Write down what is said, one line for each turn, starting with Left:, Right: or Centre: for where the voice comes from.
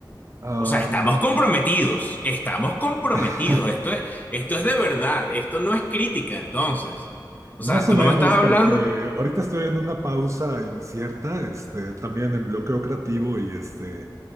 Right: Am,
Left: O sea, estamos comprometidos, estamos comprometidos.
Right: <laughs>
Left: Esto es, esto es de verdad, esto no es crítica, entonces. O
Right: más
Left: sea,
Right: o
Left: tú
Right: menos,
Left: no me estás hablando.
Right: porque ahorita estoy en una pausa incierta, este, también en bloqueo creativo y este,